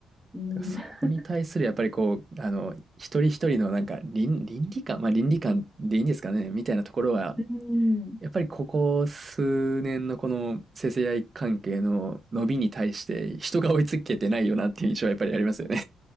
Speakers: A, in the centre; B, on the right (about 30°).
A: うん。
B: からそこに対するやっぱりこう、
A: <laughs> う
B: あの、一人一人のなんか倫、倫理観、まあ倫理観でいいんですかね、みたいなところは、
A: ーん。
B: やっぱりここ数年のこの生成 a 関係の伸びに対して人が追いつけてないよなっていう印象はやっぱりありますよね。